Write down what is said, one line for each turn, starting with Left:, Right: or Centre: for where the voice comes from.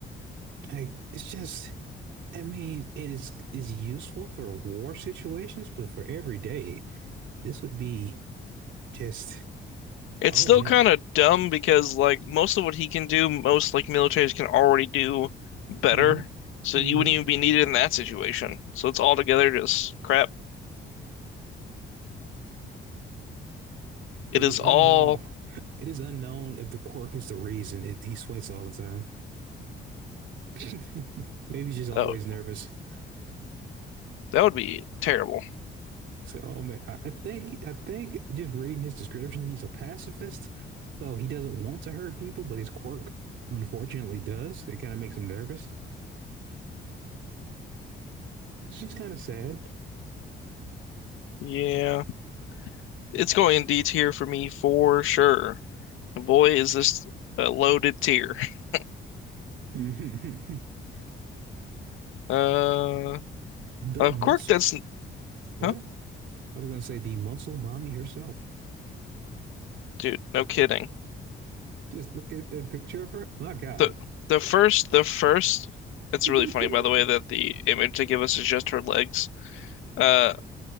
Right: Like it's just, I mean, it is is useful for war situations, but for every day, this would be just,
Left: It's
Right: oh
Left: still
Right: man.
Left: kind of dumb because like most of what he can do, most like militaries can already do better.
Right: Mm-hmm.
Left: So
Right: Mm-hmm.
Left: you wouldn't even be needed in that situation. So it's all together just crap.
Right: It
Left: It is
Right: is unknown.
Left: all
Right: It is unknown if the quirk is the reason it, he sweats all the time. <laughs> Maybe he's just always
Left: oh,
Right: nervous.
Left: that would be terrible.
Right: So, oh man, I, I think I think just reading his description, he's a pacifist. So he doesn't want to hurt people, but his quirk unfortunately does. It kind of makes him nervous. She's kind of sad.
Left: Yeah. It's going in D tier for me for sure. And Boy, is this a loaded tier. <laughs>
Right: <laughs>
Left: Uh
Right: The
Left: of
Right: muscle.
Left: course that's
Right: What?
Left: huh?
Right: I was gonna say the muscle mommy herself.
Left: Dude, no kidding.
Right: Just look at that picture of her. My God.
Left: The the first the first it's
Right: <laughs> hmm
Left: really funny by the way that the image they give us is just her legs. Uh,